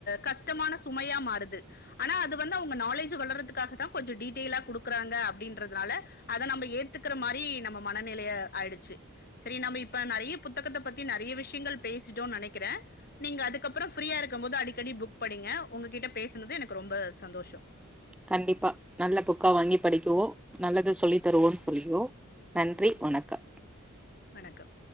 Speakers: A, on the left; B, in the centre.
A: கஷ்டமான சுமையா மாறுது ஆனா அது வந்து அவுங்க நாலேஜ வளர்ரதுக்காக தா கொஞ்ச டீட்டையிலா குடுக்கறாங்க அப்டின்றதுனால அத நம்ப ஏத்துக்கிற மாரி நம்ம மனநிலைய ஆயிடுச்சு சரி நம்ம இப்ப நெறைய புத்தகத்த பத்தி நெறைய விஷ்யங்கள் பேசிட்டோன் நெனைக்கிறே நீங்க அதுக்கப்புற ஃப்ரீயா இருக்கும் போது அடிக்கடி புக் படிங்க உங்ககிட்ட பேசுனது எனக்கு ரொம்ப சந்தோஷம்
B: கண்டிப்பா நல்ல புக்கா வாங்கி படிக்குவோ நல்லது சொல்லி தருவோன் சொல்லியோ நன்றி வணக்கம்
A: வணக்கம்